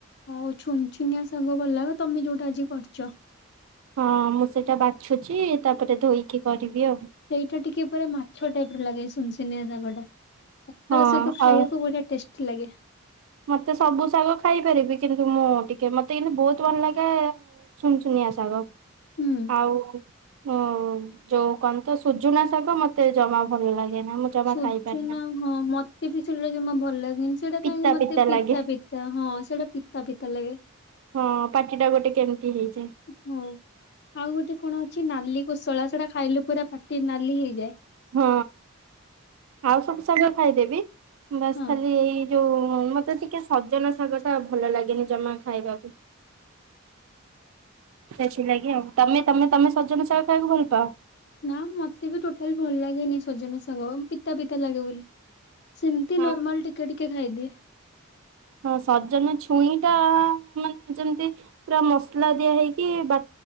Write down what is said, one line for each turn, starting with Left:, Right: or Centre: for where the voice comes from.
Left: ଆଉ ଛୁନ୍ ଛୁନିଆଁ ସାଗ ଭଲ ଲାଗେ ତମେ ଯୋଉଟା ଆଜି କରିଚ।
Right: ହଁ ମୁଁ ସେଇଟା ବାଛୁଛି ତାପରେ ଧୋଇକି କରିବି ଆଉ।
Left: ସେଇଟା ଟିକେ ପୁରା ମାଛ ଟାଇପ୍ ର ଲାଗେ। ଶୁନ୍ ଶୁନିଆ ଶାଗଟା ପଖାଳ
Right: ହଁ
Left: ସହିତ ଖାଇବାକୁ
Right: ଆଉ
Left: ବଢ଼ିଆ ଟେଷ୍ଟି ଲାଗେ।
Right: ମତେ ସବୁ ଶାଗ ଖାଇପାରିବି କିନ୍ତୁ ମୁଁ ଟିକେ ମତେ କିନ୍ତୁ ବହୁତ ଭଲ ଲାଗେ ଶୁନୁସୁନିଆ ଶାଗ
Left: ହୁଁ।
Right: ଆଉ ହଁ। ଯୋଉ କହନ୍ତ ସୁଜୁନା ଶାଗ ମତେ ଜମା ଭଲ ଲାଗେ ନା ମୁଁ ଜମା
Left: ସୁୂଜୁନା
Right: ଖାଇପାରେନା।
Left: ହଁ ମତେ ବି ସେଇଟା ଜମା ଭଲ ଲାଗ ନି ସେଇଟା
Right: ପିତା
Left: କାହିଁକି ମତେ ପିତା
Right: ଲାଗେ
Left: ପିତା ହଁ ସେଇଟା ପିତା ପିତା ଲାଗେ।
Right: ହଁ ପାଟି ଟା ଗୋଟେ କେମିତି ହେଇଯାଏ।
Left: ହଁ ଆଉ ଗୋଟେ କଣ ଅଛି ନାଲି କୋଶଳା ସେଟା ଖାଇଲେ ପୁରା ପାଟି ନାଲି ହେଇଯାଏ।
Right: ହଁ ଆଉ ସବୁ ଶାଗ ଖାଇଦେବି ବାସ୍
Left: ହଁ।
Right: ଖାଲି ଏଇ ଯୋଉ ମତେ ଟିକେ ସଜନ ଶାଗ ଟା ଭଲ ଲାଗେନି ଜମା ଖାଇବାକୁ। ସେଥିଲାଗି ଆଉ ତମେ ତମେ ତମେ ସଜନା ସାଗ ଖାଇବାକୁ ଭଲ ପାଅ?
Left: ନା ମତେ ବି ଟୋଟାଲ ଭଲ ଲାଗେନି ସଜନା ଶାଗ ପି ତା ପିତା ଲାଗେ ବୋଲି ସେମିତି
Right: ହଁ।
Left: ନର୍ମାଲ ଟିକେ ଟିକେ ଖାଇଦିଏ।
Right: ହଁ ସଜନ ଛୁଇଁ ଟା ମାନେ ଯେମିତି ପୁରା ମସଲା ଦିଆ ହେଇକି ବା